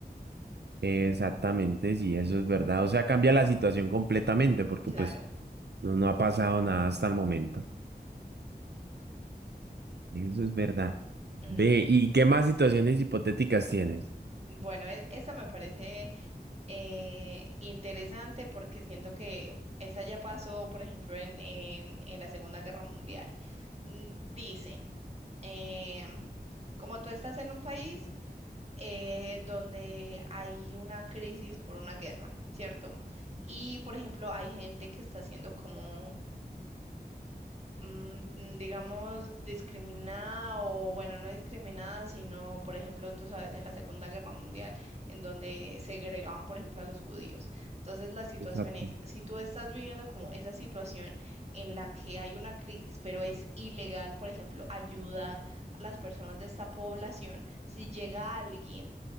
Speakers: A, on the right; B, on the right.
A: Exactamente, sí, eso es verdad. O sea, cambia la situación completamente porque
B: claro.
A: pues No, no ha pasado nada hasta el momento. Eso es verdad.
B: Mm,
A: Ve, ¿y qué más situaciones hipotéticas tienes?
B: Bueno, e- esta me parece eh, interesante porque siento que esta ya pasó, por ejemplo, en, en- en la Segunda Guerra Mundial. Mm, Dice, em, como tú estás en un país eh, donde hay una crisis por una guerra, ¿cierto? Y, por ejemplo, hay gente que está haciendo como mm, digamos, discriminada o, bueno, no discriminada, sino, por ejemplo, tú sabes, en la Segunda Guerra Mundial, en donde segregaban, por ejemplo, a los judíos. Entonces, la situación
A: Exacto.
B: es, si tú estás viviendo como esa situación en la que hay una crisis, pero es ilegal, por ejemplo, ayudar a las personas de esta población, si llega alguien